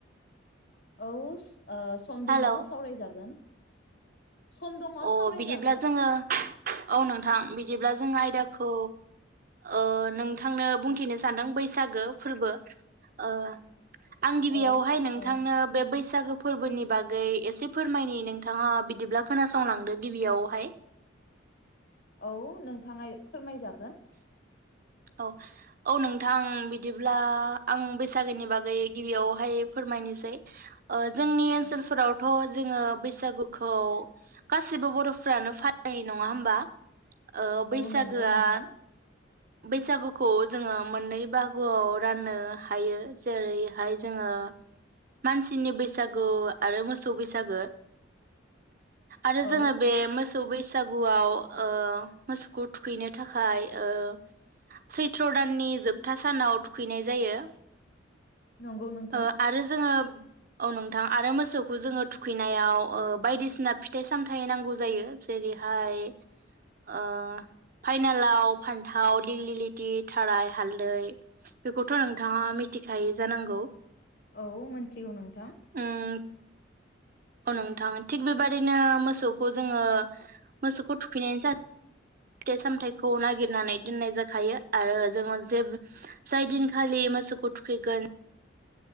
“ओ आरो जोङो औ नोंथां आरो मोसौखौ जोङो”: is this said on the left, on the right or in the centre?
Right